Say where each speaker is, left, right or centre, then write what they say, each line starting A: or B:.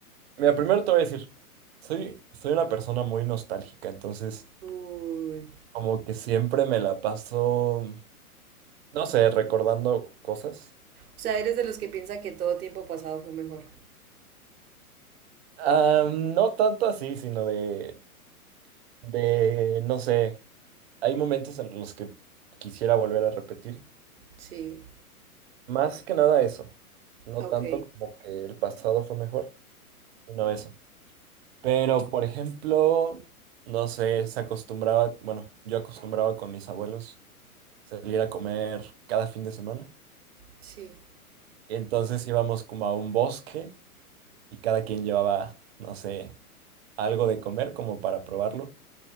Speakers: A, on the right (about 45°); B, on the right (about 75°).
A: mira, primero te voy a decir, soy, soy una persona muy nostálgica, entonces
B: Uy.
A: como que siempre me la paso, no sé, recordando cosas.
B: O sea, eres de los que piensa que todo tiempo pasado fue mejor.
A: Ah, no tanto así, sino de de, no sé, hay momentos en los que quisiera volver a repetir.
B: Sí,
A: Más que nada eso, no
B: Ok,
A: tanto como que el pasado fue mejor, sino eso. Pero, por ejemplo, no sé, se acostumbraba, bueno, yo acostumbraba con mis abuelos salir a comer cada fin de semana.
B: sí.
A: Entonces íbamos como a un bosque y cada quien llevaba, no sé, algo de comer como para probarlo.